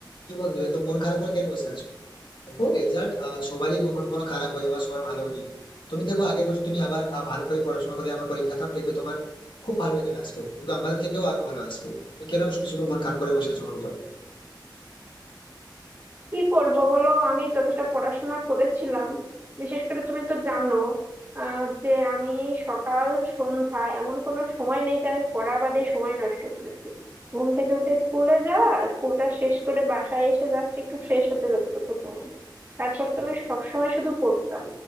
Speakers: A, on the left (about 80°); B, on the right (about 25°).
A: কি বন্ধু এত মন খারাপ করে কেন বসে আছো দেখো রেজাল্ট সবারই কখনো কখনো খারাপ হয় আবার সবার ভালো হবে তুমি দেখো আগের বছর তুমি আবার আহ, ভালো করে পড়াশোনা করে আবার পরীক্ষা দাও দেখবে তোমার খুব ভালো রেজাল্ট আসবে কিন্তু আমাদের থেকেও আরো ভালো আসবে তুমি কেন সবসময় মন খারাপ করে বসে আছো বলো তো?
B: কি করব বলো আমি যতটা পড়াশোনা করেছিলাম বিশেষ করে তুমি তো জানো আহ, যে আমি সকাল সন্ধ্যা এমন কোনো সময় নেই যে আমি পড়া বাদে সময় নষ্ট করেছি ঘুম থেকে উঠে স্কুলে যাওয়া স্কুলটা শেষ করে বাসায় এসে জাস্ট একটু ফ্রেশ হতে যতটুকু সময় তারপর তো আমি সবসময় শুধু পড়তাম